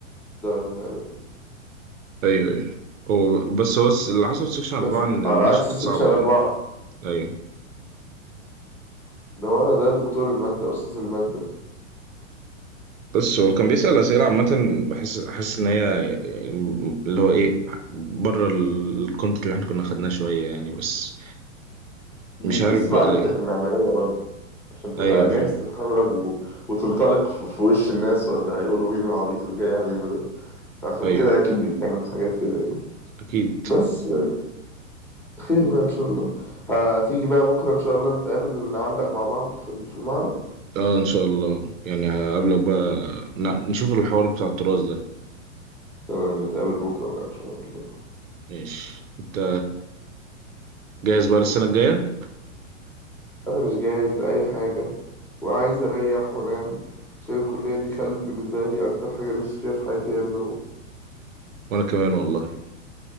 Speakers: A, in the centre; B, on the right.
A: الدرجة غالبا
B: أيوه أيوه هو بس هو الس- اللي حصل في سكشن أربعة
A: بس
B: إن المناقشة
A: على عكس
B: كانت
A: سكشن
B: صعبة
A: أربعة
B: يعني أيوه
A: اللي هو ده دكتور المادة أستاذ المادة
B: بس هو كان بيسأل أسئلة عامة بحس حاسس إن هي اللي هو إيه بره الكونتنت اللي إحنا كنا خدناه شوية يعني بس
A: بيقيس
B: مش عارف بقى
A: معرفتك
B: ليه
A: المعمارية برضه عشان تبقى
B: أيوه فاهم
A: جاهز تتخرج و... وتنطلق في في وش الناس ولا هيقولوا مين العبيط اللي جاي علينا ده عشان
B: أيوه
A: كده أكيد بيتكلم في حاجات كده يعني
B: أكيد
A: بس آه، خير بقى إن شاء الله هتيجي بقى بكرة إن شاء الله نتقابل نعلق مع بعض في ال- في المعرض
B: أه إن شاء الله يعني هقابلك بقى ن- نشوف الحوار بتاع التراث ده
A: تمام نتقابل بكرة بقى إن شاء الله
B: ماشي انت جاهز بقى للسنة الجاية
A: أنا مش جاهز لأي حاجة وعايز أريح وأنام عشان الكلية دي خلت بالنسبة لي أكتر حاجة نفسي فيها في حياتي هي النوم
B: وانا كمان والله